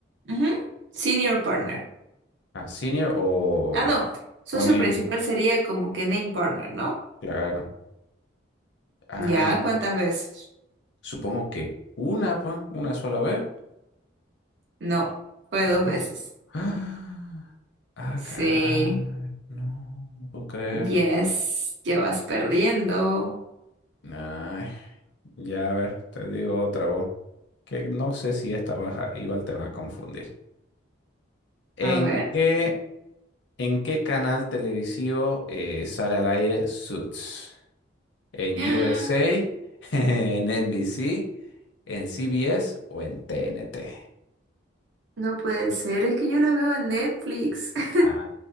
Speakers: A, on the right; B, on the left.
A: Ujú. Senior partner.
B: Ah, senior o,
A: Ah, no, socio
B: o name.
A: principal sería como que name partner, ¿no?
B: Claro. Ay,
A: Ya, ¿cuántas veces?
B: supongo que una, pa, una sola vez.
A: No, fue
B: No.
A: dos veces.
B: Ah, ah,
A: Sí,
B: caray. No, no puedo creerlo.
A: yes, ya vas perdiendo.
B: Ay, ya, a ver, te digo otra voz. Que no sé si esta baja igual te va a confundir. ¿En
A: A ver.
B: qué ¿En qué canal televisivo eh, sale al aire Suits? ¿En
A: <gasps>
B: USA, <laughs> en NBC, en CBS o en TNT?
A: No puede ser, es que yo la veo en Netflix. <laughs>
B: Ah,